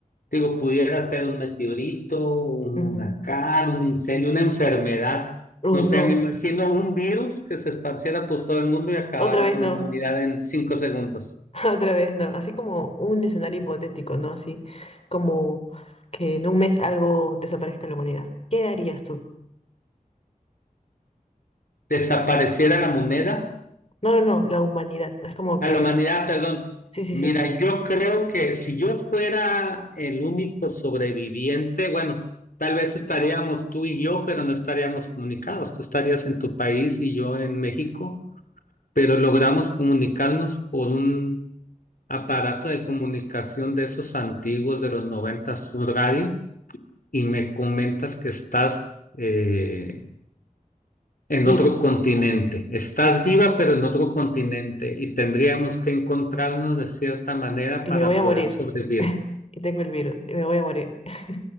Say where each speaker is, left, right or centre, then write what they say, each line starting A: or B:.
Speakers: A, on the left; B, on the left.
A: digo, pudiera ser un meteorito, un
B: Ujú.
A: huracán, un incendio, una enfermedad.
B: Uy,
A: No
B: no,
A: sé, me imagino un virus que se esparciera por todo el mundo y acabara
B: otra vez
A: con
B: no,
A: la humanidad en cinco segundos.
B: <laughs> otra vez no. Así como un escenario hipotético, ¿no? Así como que en un mes algo desaparezca de la humanidad. ¿Qué harías tú?
A: Desapareciera la moneda
B: No, no, no, la humanidad. Es como que,
A: a la humanidad, perdón.
B: sí, sí,
A: Mira,
B: sí.
A: yo creo que si yo fuera el único sobreviviente, bueno, tal vez estaríamos tú y yo, pero no estaríamos comunicados. Tú estarías en tu país y yo en México, pero logramos comunicarnos por un aparato de comunicación de esos antiguos de los 90, un radio, y me comentas que estás eh, en
B: viva
A: otro continente. Estás viva, pero en otro continente y tendríamos que encontrarnos de cierta manera
B: y
A: para
B: me voy a
A: poder
B: morir.
A: sobrevivir.
B: <laughs> Y tengo el virus y me voy a morir. <laughs>